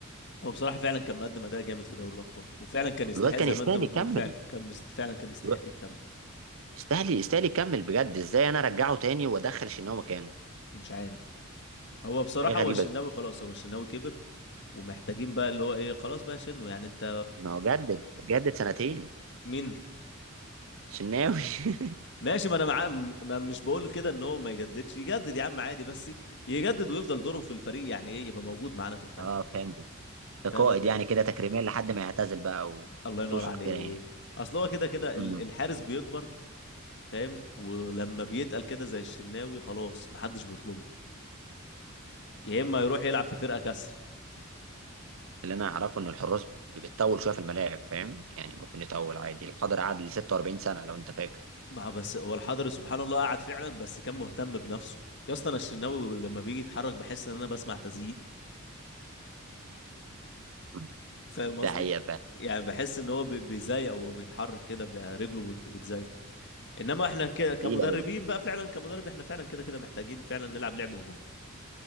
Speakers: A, on the left; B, on the right.
A: هو بصراحة فعلا كان مقدم أداء جامد في دوري الأبطال وفعلا كان يستحق
B: والواد كان
A: زي
B: يستاهل
A: ما أنت ما
B: يكمل
A: بتقول فعلا كان مست- فعلا كان يستحق
B: الواد-
A: يتكمل
B: يستاهل يستاهل يكمل بجد ازاي انا ارجعه تاني وادخل شناوي مكانه
A: مش عارف هو بصراحة
B: حاجة غريبة
A: هو الشناوي
B: جدا
A: خلاص هو الشناوي كبر ومحتاجين بقى اللي هو إيه خلاص بقى شنو يعني أنت
B: ما هو جدد جدد سنتين
A: مين
B: شناوي <laughs>
A: ماشي ما أنا معاه م- ما مش بقول كده إن هو ما يجددش يجدد يا عم عادي بس يجدد ويفضل دوره في الفريق يعني إيه يبقى موجود معانا في الفريق
B: اه فهمت ده قائد
A: فاهم أنت
B: يعني كده تكريميا لحد ما يعتزل بقى
A: الله
B: وصوصه
A: ينور عليك
B: كده يعني
A: أصل هو كده كده
B: امم
A: ال- الحارس بيكبر فاهم ولما بيتقل كده زي الشناوي خلاص محدش بيطلبه يا اما يروح يلعب في فرقه كسر
B: اللي انا اعرفه ان الحراس ب- بتطول شويه في الملاعب فاهم يعني ممكن يطول عادي الحضري قعد ل 46 سنه لو انت فاكر
A: بقى بس هو الحضري سبحان الله قعد فعلا بس كان مهتم بنفسه يا اسطى انا الشناوي لما بيجي يتحرك بحس ان انا بسمع تزييق
B: مم.
A: فاهم قصدي
B: ده حقيقه فعلا
A: يعني بحس ان هو بي- بيزيق وهو بيتحرك كده ب- رجله بت- بتزيق انما احنا ك- كمدربين
B: تقيل قوي
A: بقى فعلا كمدرب احنا فعلا كده كده محتاجين فعلا نلعب لعب هجومي